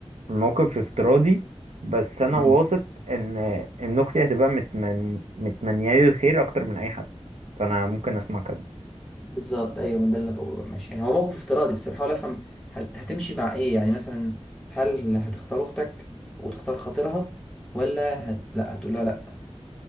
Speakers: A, on the right; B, in the centre.
A: الموقف افتراضي بس أنا
B: امم
A: واثق إن إن أختي هتبقى متمن... متمنيالي الخير أكتر من أي حد فأنا ممكن أسمع كلام
B: بالظبط ايوه من ده اللي أنا بقوله بقى ماشي يعني هو موقف افتراضي بس بحاول افهم هت... هتمشي مع ايه يعني مثلا هل هتختار اختك وتختار خاطرها ولا هت... لا هتقولها لا